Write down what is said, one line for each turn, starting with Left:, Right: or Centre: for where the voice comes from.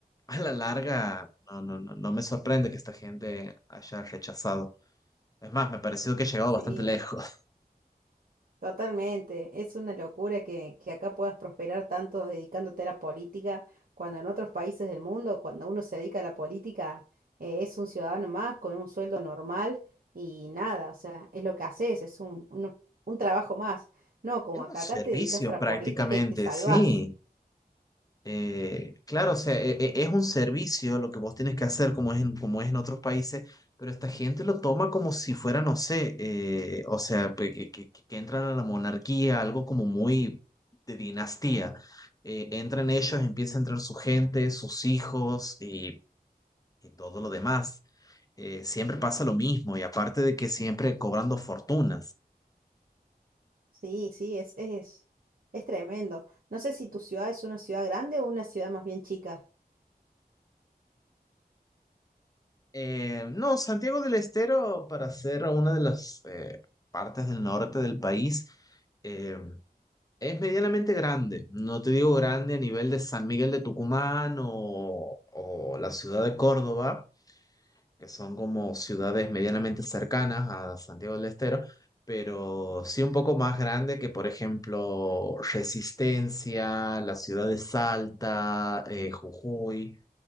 Left: a la larga, no, no, no, no me sorprende que esta gente haya rechazado. Es más, me ha parecido que ha llegado
Right: sí.
Left: bastante lejos. <laughs>
Right: Totalmente, es una locura que, que acá puedas prosperar tanto dedicándote a la política, cuando en otros países del mundo, cuando uno se dedica a la política, eh, es un ciudadano más con un sueldo normal y nada, o sea, es lo que haces, es un, un, un trabajo más. No, como
Left: Es un
Right: acá,
Left: servicio
Right: acá te dedicas a la
Left: prácticamente,
Right: política y te salvás.
Left: sí. Eh, claro, o sea, e- e- es un servicio lo que vos tienes que hacer como es en, como es en otros países, pero esta gente lo toma como si fuera, no sé, eh, o sea, pe- que, que- que entran a la monarquía, algo como muy de dinastía. Eh, entran ellos, empieza a entrar su gente, sus hijos y, y todo lo demás. Eh, siempre pasa lo mismo y aparte de que siempre cobrando fortunas.
Right: Sí, sí, es, es, es tremendo. No sé si tu ciudad es una ciudad grande o una ciudad más bien chica.
Left: Eh, no, Santiago del Estero, para ser una de las eh, partes del norte del país, eh, es medianamente grande. No te digo grande a nivel de San Miguel de Tucumán o, o la ciudad de Córdoba, que son como ciudades medianamente cercanas a Santiago del Estero, pero sí un poco más grande que, por ejemplo, Resistencia, la ciudad de Salta, eh, Jujuy.